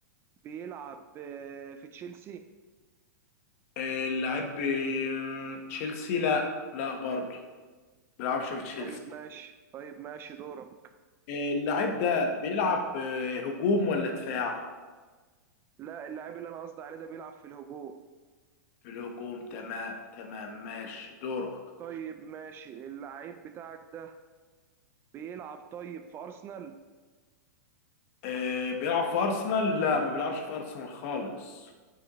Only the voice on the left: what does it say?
آه، اللعيب ب- تشيلسي لا لا برضه بيلعبش في تشيلسي
آه، اللعيب ده بيلعب آه، هجوم ولا دفاع
في الهجوم تمام تمام ماشي دورك
آه، بيلعب في أرسنال لا ما بيلعبش في أرسنال خالص